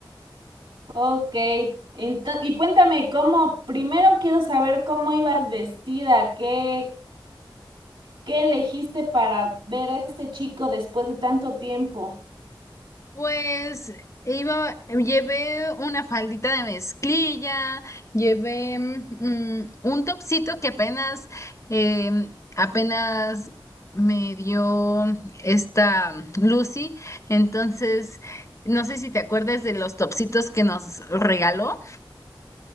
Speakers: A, on the right; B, on the left.
A: Ok, ento- y cuéntame cómo, primero quiero saber cómo ibas vestida, qué, qué elegiste para ver a este chico después de tanto tiempo.
B: Pues iba, em, llevé una faldita de mezclilla, llevé mm, un topsito que apenas, eh, apenas me dio esta Lucy. Entonces, no sé si te acuerdas de los topsitos que nos regaló.